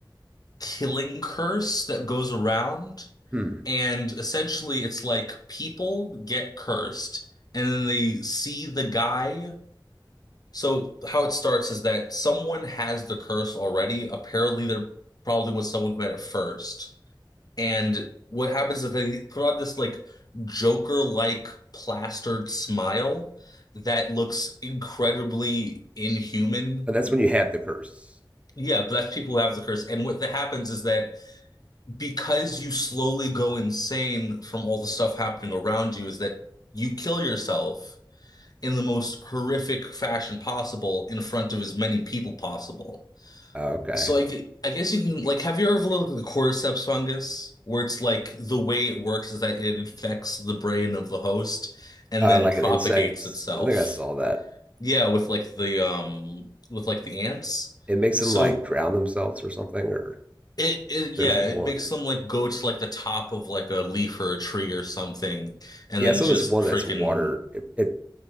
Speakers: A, on the left (about 50°); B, on the right (about 15°).
A: killing curse that goes around
B: Hmm.
A: And essentially, it's like people get cursed and then they see the guy. So, how it starts is that someone has the curse already. Apparently, there probably was someone who had it first. And what happens is they throw out this like Joker-like plastered smile that looks incredibly inhuman.
B: Oh, that's when you have the curse.
A: Yeah, but that's people who have the curse. And what that happens is that because you slowly go insane from all the stuff happening around you is that you kill yourself in the most horrific fashion possible in front of as many people possible.
B: Oh, okay.
A: So I, I guess you can like have you ever looked at the cordyceps fungus where it's like the way it works is that it infects the brain of the host and
B: Uh,
A: then
B: like
A: propagates
B: an insects.
A: itself.
B: I think I saw that.
A: Yeah, with like the um with like the ants.
B: It makes
A: So
B: them like drown themselves or something. Or
A: It, it yeah,
B: there's one.
A: it makes them like go to like the top of like a leaf or a tree or something, and
B: Yeah,
A: then
B: I saw
A: just
B: this one
A: freaking
B: that's water. It it,